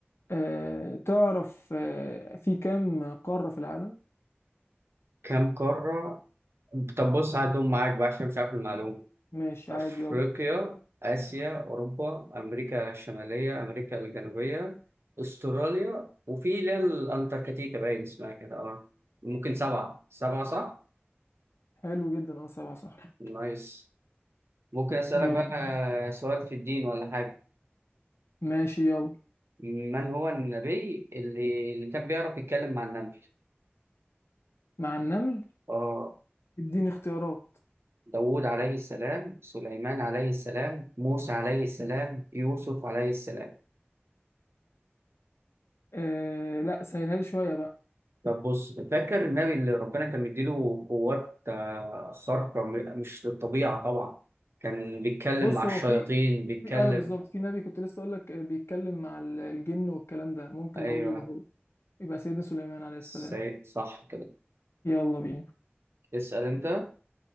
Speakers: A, on the left; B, on the right.
A: آه تعرف آه في كام قارة في العالم
B: كم قارة طب بص هدوم معاك بقى عشان مش عارف المعلومة
A: ماشي
B: أفريقيا
A: عادي يلا
B: آسيا أوروبا أمريكا الشمالية أمريكا الجنوبية أستراليا وفي اللي هي الأنتاركتيكا باين اسمها كده أه ممكن سبعة سبعة صح؟
A: حلو جدا اه سبعة صح
B: نايس ممكن أسألك
A: جامد
B: بقى سؤال في الدين ولا حاجة
A: ماشي يلا
B: من هو النبي اللي, اللي كان بيعرف يتكلم مع النبي؟
A: مع النمل
B: أه
A: اديني اختيارات
B: داوود عليه السلام سليمان عليه السلام موسى عليه السلام يوسف عليه السلام
A: آه لا سهلها لي شوية بقى
B: طب بص فاكر النبي اللي ربنا كان مديله قوات آه، خارقة م- مش للطبيعة طبعا كان بيتكلم
A: بص
B: مع الشياطين
A: هو في
B: بيتكلم
A: في ايوه بالظبط في نبي كنت لسه اقول لك آه، بيتكلم مع ال- الجن والكلام ده ممكن
B: أيوه
A: برضو يبقى هو يبقى سيدنا سليمان عليه السلام
B: سي... صح كده
A: يلا بينا
B: اسأل أنت